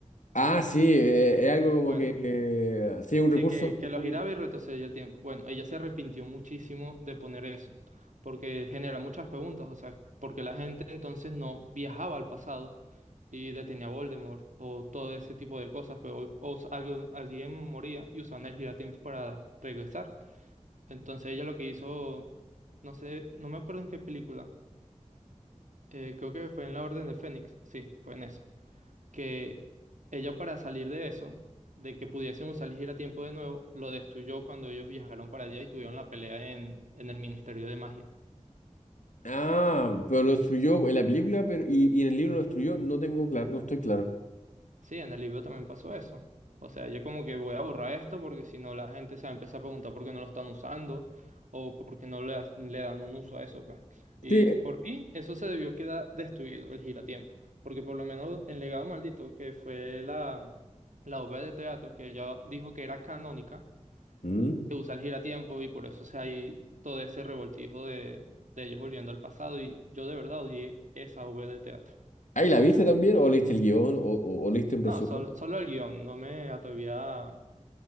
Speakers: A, on the left; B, on the right.
A: Ah, sí, eh, es algo como
B: Bueno,
A: que, eh, sí, un
B: Sí,
A: recurso
B: que, que
A: muy,
B: lo giraba y retrocedía el tiempo. Bueno, ella se arrepintió muchísimo de poner eso, porque genera muchas preguntas, o sea, porque la gente entonces no viajaba al pasado y detenía a Voldemort o todo ese tipo de cosas, pero o, s- algo- alguien moría y usaban el giratiempo para regresar. Entonces ella lo que hizo, no sé, no me acuerdo en qué película, eh, creo que fue en La Orden de Fénix, sí, fue en esa que ella para salir de eso, de que pudiesen usar el giratiempo de nuevo, lo destruyó cuando ellos viajaron para allá y tuvieron la pelea en, en el Ministerio de Magia.
A: Ah, pero lo destruyó en la película pero, y, y en el libro lo destruyó. No tengo claro, no estoy claro.
B: Sí, en el libro también pasó eso. O sea, ella como que voy a borrar esto porque si no la gente se va a empezar a preguntar por qué no lo están usando o por qué no le, ha- le dan un uso a eso, pues. Y
A: Sí.
B: por mí, eso se debió quedar destruido, el giratiempo. Porque por lo menos el legado maldito, que fue la, la obra de teatro que ella dijo que era canónica,
A: Mm.
B: que usa el giratiempo y por eso se hay todo ese revoltijo de, de ellos volviendo al pasado y yo de verdad odié esa V de teatro.
A: ¿Ahí la viste también? ¿O leíste el guión? ¿O, o- o leíste un
B: No,
A: resumen?
B: solo, solo el guión, no me atrevía a,